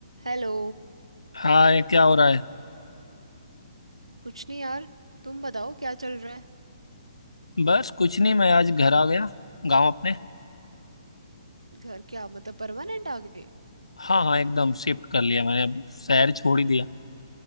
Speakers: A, on the right; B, on the left.
A: Hello
B: हाय क्या हो रहा है
A: कुछ नहीं यार तुम बताओ क्या चल रहा है
B: बस कुछ नहीं मैं आज घर आ गया गांव अपने
A: घर क्या मतलब परमानेंट आ गए
B: हाँ हाँ एकदम शिफ्ट कर लिया मैंने अब शहर छोड़ ही दिया